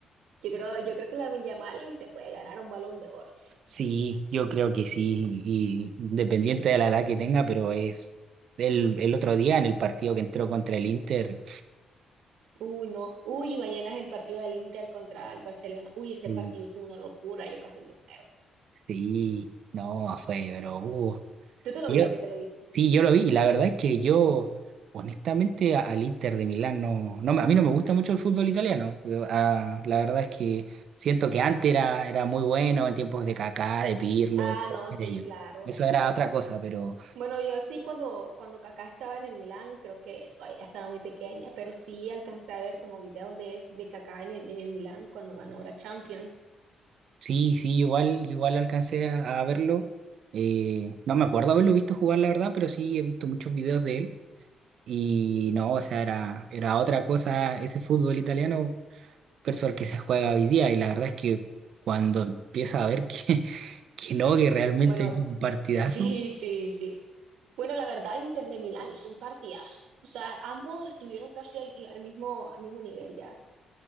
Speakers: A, on the right; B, on the right.
A: Yo creo, yo creo que Lamine Yamal se puede ganar un balón de oro.
B: sí, yo creo que sí. Y independiente de la edad que tenga, pero es. El, el otro día en el partido que entró contra el Inter,
A: Uy, no. Uy, mañana es el partido del Inter contra el Barcelona. Uy, ese
B: sí,
A: partido fue una locura, yo casi me muero.
B: sí, no, fue, pero. uh,
A: Tú te lo
B: yo,
A: viste, te lo viste.
B: Sí, yo lo vi y la verdad es que yo, honestamente, a- al Inter de Milán no, no, me- a mí no me gusta mucho el fútbol italiano. Eh, ah, la verdad es que siento que antes era, era muy bueno en tiempos de Kaká, de Pirlo,
A: Ah,
B: de todos
A: no, sí,
B: ellos.
A: claro.
B: Eso era otra cosa, pero
A: Bueno, yo sí cuando, cuando Kaká estaba en el Milán, creo que todavía estaba muy pequeña, pero sí alcancé a ver como videos de, es- de Kaká en el, en el Milán cuando ganó la Champions.
B: sí, sí, igual, igual alcancé a, a verlo. Eh, no me acuerdo haberlo visto jugar, la verdad, pero sí he visto muchos videos de él y no, o sea, era, era otra cosa ese fútbol italiano. versus el que se juega hoy día. Y la verdad es que cuando empieza a ver que, <laughs> que no, que realmente
A: Bueno,
B: hay un partidazo,
A: <laughs> sí, sí, sí. Bueno, la verdad, Inter de Milán hizo un partidazo. O sea, ambos estuvieron casi al, al mismo, al mismo nivel ya.